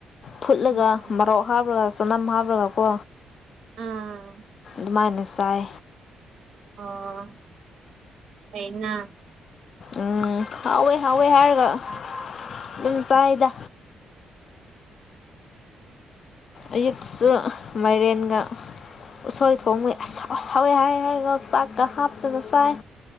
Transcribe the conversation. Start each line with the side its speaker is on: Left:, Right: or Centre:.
Left: ꯐꯨꯠꯂꯒ
Right: ꯎꯝ
Left: ꯃꯔꫭꯛ ꯍꯥꯞꯔꯒ ꯆꯅꯝ ꯍꯥꯞꯔꯒ ꯀꯣ
Right: ꯑꯥ
Left: ꯗꯨꯃꯥꯏꯅ ꯆꯥꯏ
Right: ꯑꯣ ꯍꯩꯅ
Left: ꯎꯝ ꯍꯥꯎꯋꯦ ꯍꯥꯎꯋꯦ ꯍꯥꯏꯔꯒ ꯑꯗꯨꯝ ꯆꯥꯏꯗ ꯑꯌꯨꯛꯁꯨ ꯃꯥꯏꯔꯦꯟꯒ ꯎꯁꯣꯏ ꯊꯣꯡꯕ ꯑꯁ ꯍꯥꯎꯋꯦ ꯍꯥꯎꯋꯦ ꯍꯥꯏꯔꯒ ꯆꯥꯛ ꯀꯥ ꯍꯥꯞꯇꯅ ꯆꯥꯏ